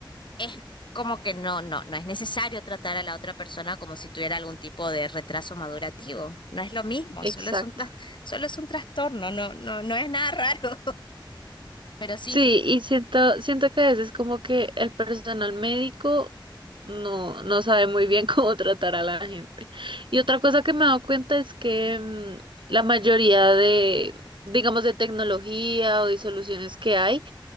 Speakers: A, on the left (about 65°); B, on the right (about 70°).
A: es como que no, no, no es necesario tratar a la otra persona como si tuviera algún tipo de retraso madurativo. No es lo mismo,
B: Exacto.
A: solo es un, tras- solo es un trastorno, no, no, no es nada <laughs> raro. Pero sí,
B: Sí, y siento, siento que a veces como que el personal médico no, no sabe muy bien <laughs> cómo tratar a la gente. Y otra cosa que me he dado cuenta es que mm, la mayoría de, digamos, de tecnología o de soluciones que hay,